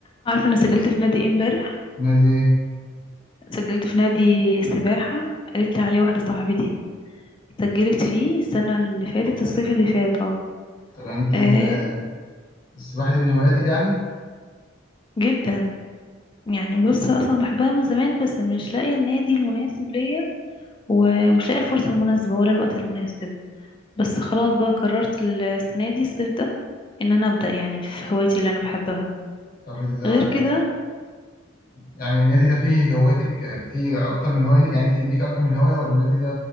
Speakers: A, on the left; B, on the left.
A: عارفه انا سجلت في نادي ايه امبارح
B: نادي ايه
A: سجلت في نادي سباحه قالت لي عليه واحده صاحبتي سجلت فيه السنه اللي فاتت الصيف اللي فات اه
B: طب يعني انت
A: آه،
B: ال- السباحه دي من هواياتك يعني
A: جدا يعني بص اصلا بحبها من زمان بس مش لاقيه النادي المناسب ليا ومش لاقيه الفرصه المناسبه ولا الوقت المناسب بس خلاص بقى قررت السنه دي الصيف ده ان انا ابدا يعني في هوايتي اللي انا بحبها
B: طب ال...
A: غير كده
B: يعني النادي ده فيه هواياتك فيه اكتر من هوايه ليك يعني انت ليك اكتر من هوايه ولا النادي ده